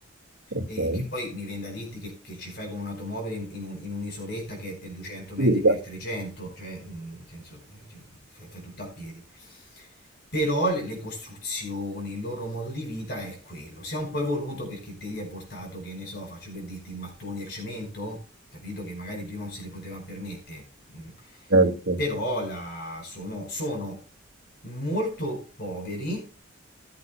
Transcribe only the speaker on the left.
e che poi mi viene da dirti che, che ci fai con un'automobile in, in un- in un'isoletta che è 200 metri
per 300, cioè, mh, nel senso, eh, ci- fai, fai tutto a piedi. Però le, le costruzioni, il loro modo di vita è quello. Si è un po' evoluto perché te gli hai portato, che ne so, faccio per dirti, i mattoni e il cemento, capito? Che magari prima non se li potevano permettere. Mm.
Però la- sono, sono molto poveri,